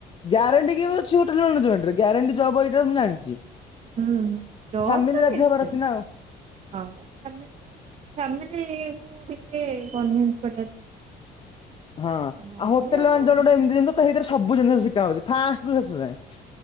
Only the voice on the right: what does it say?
ହୁଁ, ଜବ
ତ
ନିଶ୍ଚୟ!
ହଁ ଆମେ <inaudible> ଫ୍ୟାମିଲି ମୁଁ ଟିକେ କନ୍ ଭିନ୍ସ କରିବା ହେଲା।
ନହେଲେ
ହଁ